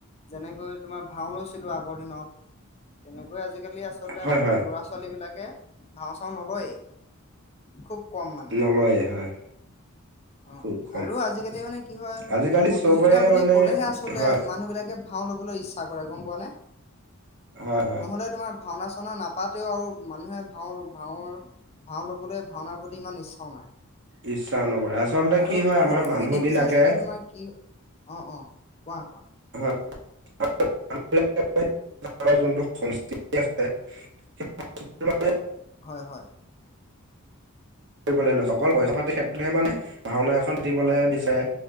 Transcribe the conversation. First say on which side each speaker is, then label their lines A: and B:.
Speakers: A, on the left; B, on the right.
A: যেনেকৈ তোমাৰ ভাও লৈছিলো আগৰ দিনত তেনেকৈ আজিকালি আচলতে
B: হয় হয়
A: ল'ৰা ছোৱালী বিলাক কে ভাওঁ চাওঁ নলয় খুব কম মানে
B: নলয়ে হয়
A: অ
B: খুব কম
A: আৰু আজিকালি মানে কি হয়
B: আজিকালি
A: প্ৰতিযোগিতা
B: চবৰে
A: বুলি
B: মানে
A: ক'লেহে আচলতে
B: হয়
A: মানুহ বিলাকে ভাও ল'বলৈ ইচ্ছা কৰে গম পোৱা নে
B: হয় হয়
A: নহলে তোমাৰ ভাওনা চাওনা নাপাতেও আৰু মানুহে ভাওৰ ভাওৰ ভাও ল'বলৈ ভাওনাৰ প্ৰতি ইমান ইচ্ছাও নাই
B: ইশ চাও নকৰে আচলতে
A: আৰু
B: কি হয়
A: আৰুতো
B: আমাৰ মানুহ
A: তুমি দেখিছা
B: বিলাকে
A: চাগে তোমাৰ কি অ অ কোৱা কোৱা
B: <unintelligible> আমাৰ
A: অ
B: যোনটো সংস্কৃতি আছে <unintelligible>
A: হয় হয়
B: অকল পইচা পাতিৰ ক্ষেত্ৰতহে মানে ভাওনা এখন দিবলৈ
A: হয়
B: বিচাৰে